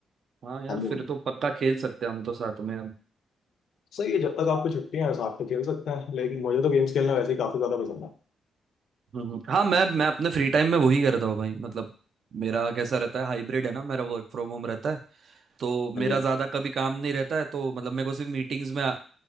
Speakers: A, on the right; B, on the left.
A: हाँ यार
B: हाँ जी
A: फिर
B: हाँ।
A: तो पक्का खेल सकते हैं हम तो साथ में यार
B: सही है जब तक आपको छुट्टियां हैं साथ में खेल सकते हैं लेकिन मुझे तो गेम्स खेलना वैसे ही काफी ज्यादा पसंद है
A: हम्म, हम्म। हाँ मैं मैं अपने फ्री टाइम में वही करता हूँ भाई मतलब मेरा कैसा रहता है हाइब्रिड है ना मेरा वर्क फ्रॉम होम रहता है तो मेरा
B: हाँ जी
A: ज़्यादा कभी काम नहीं रहता है तो मतलब मेरे को सिर्फ मीटिंग्स में